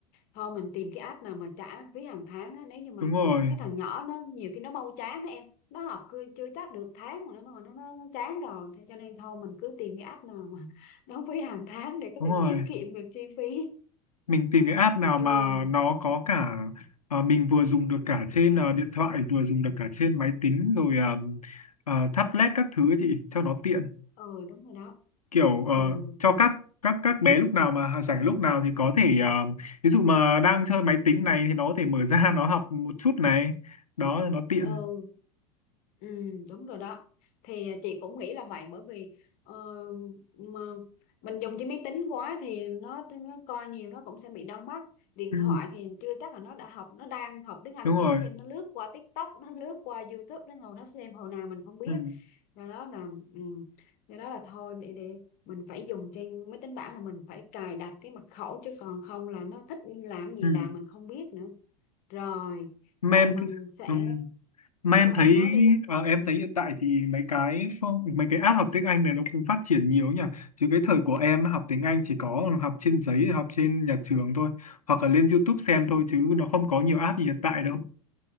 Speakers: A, on the left; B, on the left.
A: thôi mình tìm cái app nào mà trả phí hàng tháng á nếu như mà
B: đúng rồi
A: mấy thằng nhỏ nó nhiều khi nó mau chán đó em nó học cứ chưa chắc được tháng mà nó nó, nó nó chán rồi Thế cho nên thôi mình cứ tìm cái app nào mà <laughs> đóng phí hàng tháng để có
B: đúng
A: thể
B: rồi
A: tiết kiệm được chi phí
B: mình tìm cái app nào
A: <laughs>
B: mà
A: rồi
B: nó có cả à, mình vừa dùng được cả trên à, điện thoại vừa dùng được cả trên máy tính rồi à, à, tablet các thứ ấy chị cho nó tiện
A: ừ đúng rồi đó
B: kiểu
A: ừ
B: ờ, cho các các các bé lúc nào mà rảnh lúc nào thì có thể ờ, ví dụ mà đang chơi máy tính này thì nó có thể mở ra <laughs> nó học một chút này đó nó tiện
A: ừ Ừ, đúng rồi đó thì à, chị cũng nghĩ là vậy bởi vì ờ, mà mình dùng trên máy tính quá thì nó, nó coi nhiều nó cũng sẽ bị đau mắt điện
B: ừ,
A: thoại thì chưa chắc là nó đã học nó đang học tiếng Anh
B: đúng
A: cái
B: rồi
A: nó đem nó lướt qua TikTok nó lướt qua YouTube nó ngồi nó xem hồi nào mình không biết
B: ừ,
A: do đó là ừ, do đó là thôi để để mình phải dùng trên máy tính bảng mà mình phải cài đặt cái mật khẩu chứ còn không là nó thích làm gì
B: ừ.
A: làm mình không biết nữa rồi
B: mà
A: vậy
B: em
A: mình sẽ
B: ừ. mà em
A: Sao
B: thấy
A: em nói đi?
B: ờ, em thấy hiện tại thì mấy cái phương mấy cái app học tiếng Anh này nó cũng phát triển nhiều nhỉ chứ cái thời của em học tiếng Anh chỉ có học trên giấy học trên nhà trường thôi hoặc là lên YouTube xem thôi chứ nó không có nhiều app gì hiện tại đâu